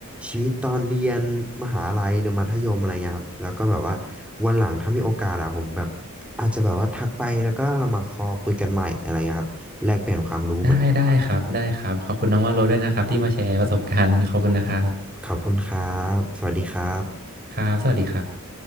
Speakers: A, in the centre; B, on the right.
A: ชีวิตตอนเรียนมหาลัยหรือมัธยมอะไรเงี้ยครับแล้วก็แบบว่าวันหลังถ้ามีโอกาสอะผมแบบอาจจะแบบว่าทักไปแล้วก็เรามาคอคุยกันใหม่อะไรเงี้ยครับแลกเปลี่ยนความรู้เหมือนเดิมครับ
B: ได้ได้ครับได้ครับขอบคุณน้องวาโลด้วยนะครับที่มาแชร์ประสบการณ์ขอบคุณนะครับ
A: ขอบคุณครับสวัสดีครับ
B: ครับสวัสดีครับ